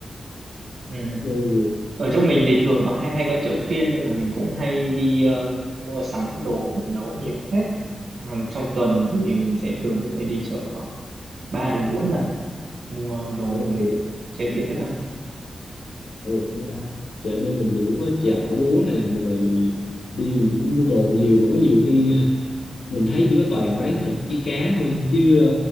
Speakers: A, on the right; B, on the left.
A: ừ.
B: Ừ,
A: ở chỗ mình thì thường có hay hay có chợ phiên nên là mình cũng hay đi ờ, mua sắm đồ về nấu nhiều phết hàng trong tuần thì mình sẽ thường sẽ phải đi chợ khoảng 3 đến 4 lần mua đồ
B: ồ,
A: về chế biến thức ăn
B: ồ, người ta Dạ bên mình thì cũng có chợ búa nè mà rồi mình đi mình cũng mua đồ nhiều mà có nhiều khi <laughs> mình thấy chỉ có toàn bán thịt với cá thôi chứ ờ,